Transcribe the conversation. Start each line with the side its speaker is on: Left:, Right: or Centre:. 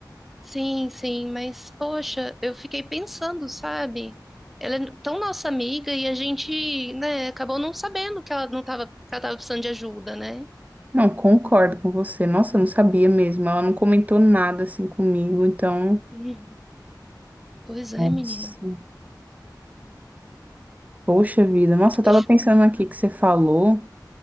Centre: Sim, sim, mas poxa, eu fiquei pensando, sabe? Ela é tão nossa amiga e a gente, né, acabou não sabendo que ela não tava, que ela tava precisando de ajuda, né?
Right: Não, concordo com você. Nossa, eu não sabia mesmo. Ela não comentou nada assim comigo, então,
Centre: Hum, Pois é,
Right: nossa.
Centre: menina.
Right: Poxa vida. Nossa,
Centre: Fiquei
Right: eu tava
Centre: chocada.
Right: pensando aqui que você falou.